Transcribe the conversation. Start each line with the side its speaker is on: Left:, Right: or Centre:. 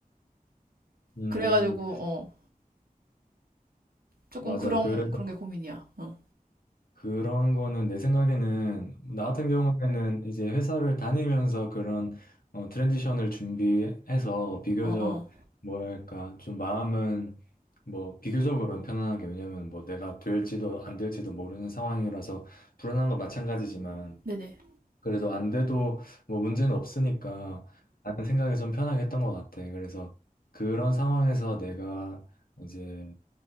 Left: 음.
Right: 그래가지고 어 조금
Left: 맞아.
Right: 그런
Left: 그래서
Right: 그런 게 고민이야. 어어
Left: 그런 거는 내 생각에는 나 같은 경우에는 이제 회사를 다니면서 그런 어, 트랜지션을 준비해서 비교적
Right: 어, 어
Left: 뭐랄까 좀 마음은 뭐 비교적으로는 편안하게 왜냐면 뭐 내가 될지도 안 될지도 모르는 상황이라서 불안한 건 마찬가지지만
Right: 네네
Left: 그래도 안 돼도 뭐 문제는 없으니까 라는 생각이 좀 편하게 했던 것 같아. 그래서 그런 상황에서 내가 이제